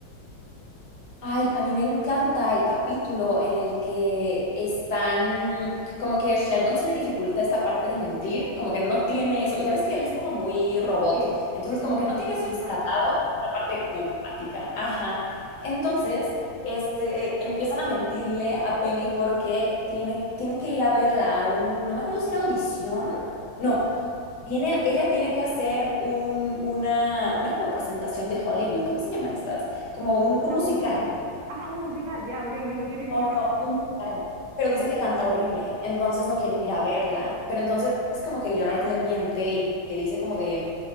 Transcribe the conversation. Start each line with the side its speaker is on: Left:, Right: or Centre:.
Left: Ay, a mí me encanta el capítulo en el que están, como que a Sheldon se le dificulta esta parte de mentir, como que no tiene eso, ya ves que él es como muy robot,
Right: Sí,
Left: entonces
Right: es
Left: como
Right: un,
Left: que no tiene
Right: un
Left: eso
Right: androide,
Left: instalado, la parte como empática, ajá. Entonces, este, empiezan a mentirle a Penny porque tiene, tienen que ir a verla a un, no me acuerdo si era audición, no, tiene, ella tiene que hacer un, una, una como presentación de Hollywood, ¿cómo se llaman estas? Como un
Right: una
Left: un musical.
Right: audición. Ah, un musical, ya, ok, no lo quiere ni
Left: No, no,
Right: ver
Left: no, un musical. Pero dicen que canta horrible, entonces no quieren ir a verla. Pero entonces es como que Leonard le miente y le dice como de,